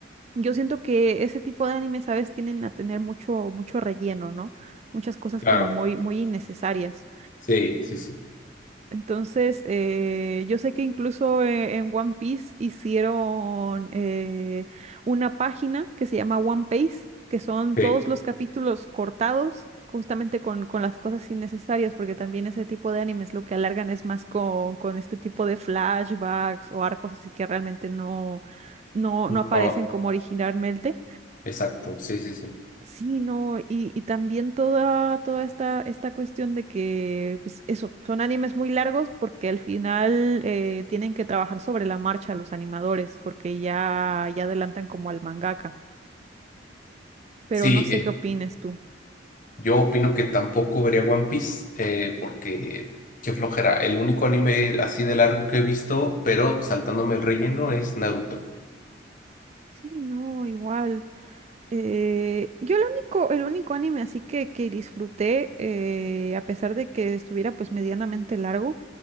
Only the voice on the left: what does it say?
claro.
Sí, sí, sí.
Sí.
No,
exacto. Sí, sí, sí.
Sí,
eh,
yo opino que tampoco vería One Piece eh, porque qué flojera. El único anime así de largo que he visto, pero saltándome el relleno, es Naruto.